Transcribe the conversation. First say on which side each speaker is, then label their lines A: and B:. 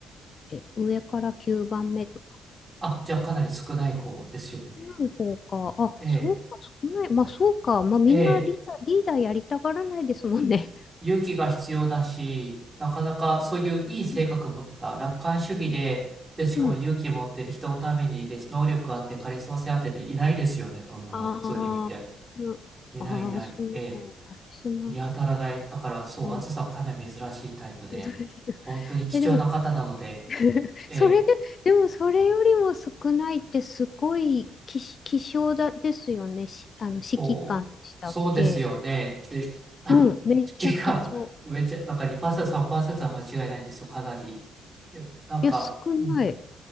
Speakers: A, on the left; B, on the right.
A: え、上から9番目とか。
B: あ、じゃあかなり少ない方ですよね。
A: 少ない方か。あ、
B: ええ、
A: そうか、少ない。まあ、そうか。まあ、みんなリーダー、
B: え
A: リーダーやりたがらないですもんね。
B: 勇気が必要だし、なかなかそういういい性格持った楽観主義で、
A: うん。
B: で、しかも勇気持ってる人のために、
A: うん
B: で、能力あって、カリスマ性あってていないですよね、そんなの普通に見て。
A: ああ、なああ、
B: いないいない。
A: そうか、
B: ええ、
A: カリスマ。
B: 見当たらない。だから、そう、
A: うん、
B: 暑さかなり珍しいタイプで、
A: メドレーヌ
B: 本当に貴重な方なので、
A: え、でも、<laughs>
B: ええ、
A: それで、でもそれよりも少ないってすごい希希少だですよね。し、あの、指揮官でしたっけ
B: そう、そうですよね。で、<laughs> あ、
A: うん、めっちゃ貴重。
B: 結がめっちゃ、なんか2%、3%は間違いないんですよ、かなり。でなんか、
A: いや、少ない。
B: うん。